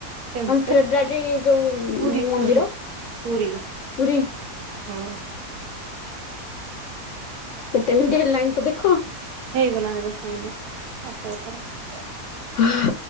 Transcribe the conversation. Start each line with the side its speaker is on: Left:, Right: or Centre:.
Right: ଟେମ୍ପୁଲ
Left: ତମ ଫେବରାଇଟ୍ ଯୋଉ
Right: ପୁରୀ
Left: ମନ୍ଦିର
Right: ପୁରୀ ପୁରୀ।
Left: ପୁରୀ।
Right: ହଁ।
Left: କେତେ ମିନିଟ ହେଲାଣି ତ ଦେଖ?
Right: ହେଇଗଲାଣି ଦଶ ମିନିଟ ଆସ ଏଥର।
Left: ହଁ।